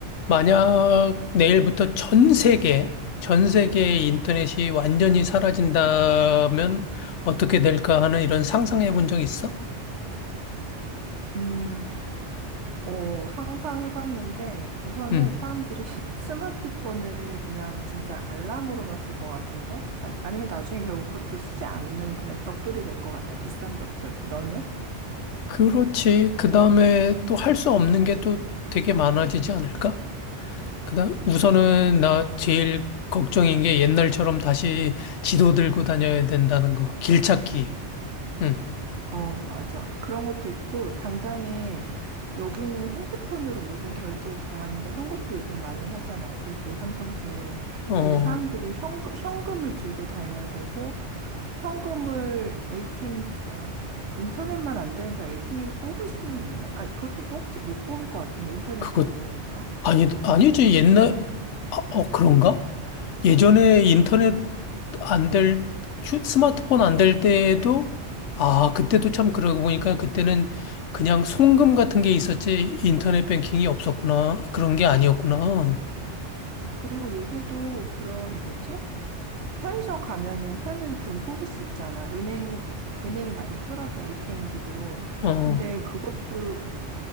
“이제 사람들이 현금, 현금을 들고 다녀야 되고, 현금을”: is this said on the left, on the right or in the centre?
Right